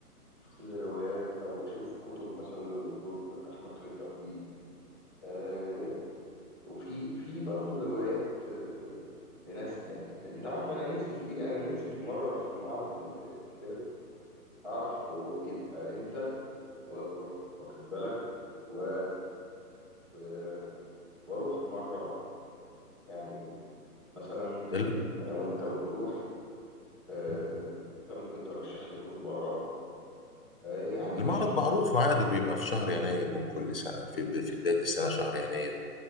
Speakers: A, in the centre; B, on the left (about 40°).
A: أشوف الروايات أو أشوف كتب مثلا للدكتور أحمد خالد توفيق آه وفي في برضه روايات آه لناس أنا- أنت عارف أنا نفسي في إيه؟ أنا نفسي في مرة في معرض ال- الكتاب أعرف هو بيبقى إمتى و- واخ- واخد بالك و... و... واروح مره يعني مثلا ممكن
B: ال-
A: نتفق انا وانت ونروح آه،
B: مم.
A: انت ممكن ترشح لي كتب اقراها آه، يعني
B: المعرض
A: مش مش
B: معروف ميعاده بيبقى في شهر يناير من كل سنة في في بداية السنة شهر يناير